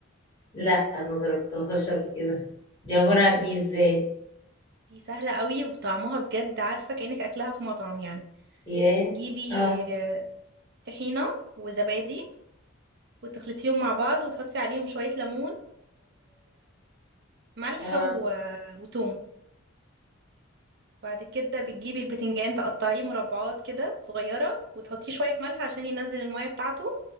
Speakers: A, on the left; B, on the right.
A: لا ما جربتهاش قبل كده دي عباره عن ايه
B: بصي
A: ازاي
B: دي سهلة قوي وطعمها بجد عارفة كأنك اكلها في مطعم يعني
A: ياه
B: بتجيبي
A: اه
B: آه، طحينة وزبادي وتخلطيهم مع بعض وتحطي عليهم شوية ليمون وملح
A: اه
B: و... وتوم بعد كده بتجيبي البتنجان تقطعيه مربعات كده صغيرة وتحطيه شوية في ملح عشان ينزل المية بتاعته